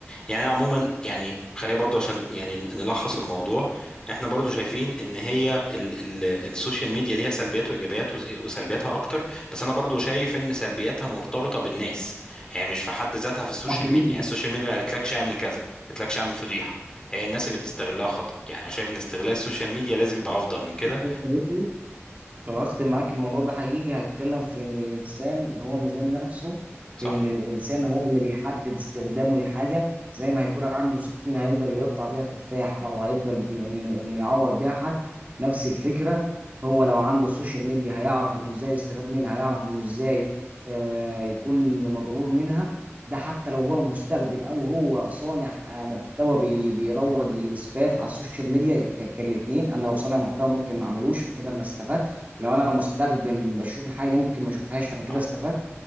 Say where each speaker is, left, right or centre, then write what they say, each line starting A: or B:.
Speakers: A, on the left; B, on the right.
A: يعني أنا عموما يعني خلينا برضو عشان يعني نلخص الموضوع احنا برضو شايفين ان هي ال ال السوشيال ميديا ليها سلبيات وايجابيات وس- وسلبياتها اكتر بس انا برضو شايف ان سلبياتها مرتبطة بالناس هي مش في حد ذاتها في السوشيال
B: ده
A: ميديا يعني السوشيال ميديا ما قالتلكش اعمل كذا ما قالتلكش اعمل فضيحة هي الناس اللي بتستغلها خطأ يعني انا شايف ان استغلال السوشيال ميديا لازم يبقى افضل من كده
B: حقيقي لو اختم معاك الموضوع ده حقيقي هتكلم في ان الانسان هو ميزان نفسه
A: صح
B: في ان الانسان هو اللي بيحدد استخدامه للحاجه زي ما هيكون عنده سكين هيقدر يقطع بيها تفاح او هيقدر انه إنه يعور بيها حد نفس الفكره هو لو عنده السوشيال ميديا هيعرف انه ازاي يستفاد منها هيعرف انه ازاي آه، يكون مضرور منها ده حتى لو هو مستخدم او هو صانع آه، محتوى بي- بيروج للاسفاف على السوشيال ميديا ك- كالاتنين انا لو صانع محتوى ممكن ما اعملوش فكده انا استفدت لو انا مستخدم بشوف الحاجه دي ممكن ما اشوفهاش فانا كده
A: صح
B: استفدت